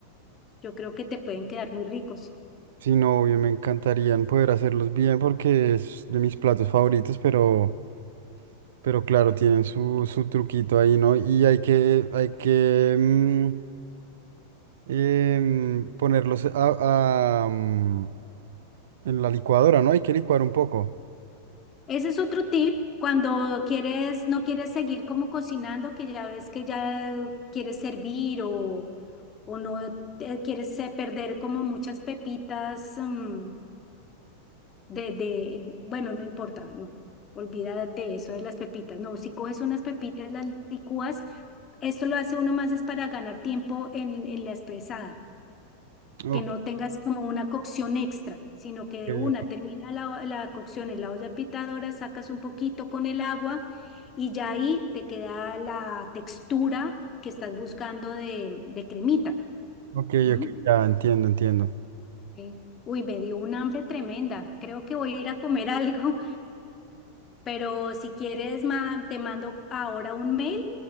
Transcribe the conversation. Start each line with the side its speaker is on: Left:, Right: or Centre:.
Left: Yo creo que te pueden quedar muy ricos.
Right: Sí, no, obvio, me encantarían poder hacerlos bien porque es de mis platos favoritos, pero, pero claro, tienen su, su truquito ahí, ¿no? Y hay que, hay que mm, em, ponerlos a, a, mm, En la licuadora, ¿no? Hay que licuar un poco.
Left: Ese es otro tip. Cuando quieres, no quieres seguir como cocinando, que ya ves que ya quieres servir o, o no te- quieres eh, perder como muchas pepitas mm, de, de, bueno, no importa, no. Olvídate eso de las pepitas. No, si coges unas pepitas, las licúas, esto lo hace uno más es para ganar tiempo en, en la espesada.
Right: Ok,
Left: que no tengas como una cocción extra, sino que de
Right: ok,
Left: una termina la, la cocción en la olla pitadora, sacas un poquito con el agua y ya ahí te queda la textura que estás buscando de, de cremita.
Right: ok,
Left: ¿m?
Right: ok, ya entiendo, entiendo.
Left: Sí. Uy, me dio un hambre tremenda. Creo que voy a ir a comer <laughs> algo. Pero si quieres, ma- te mando ahora un mail